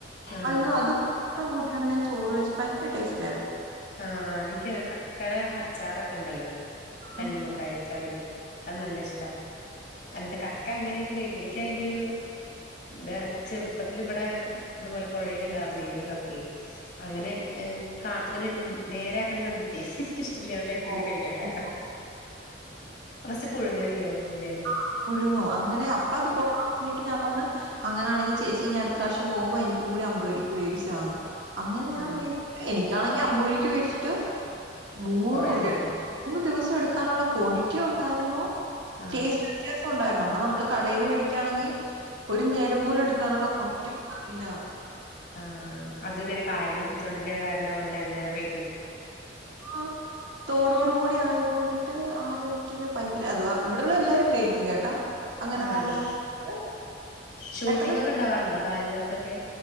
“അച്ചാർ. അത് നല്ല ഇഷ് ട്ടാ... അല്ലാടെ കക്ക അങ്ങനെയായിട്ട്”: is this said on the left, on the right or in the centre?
Left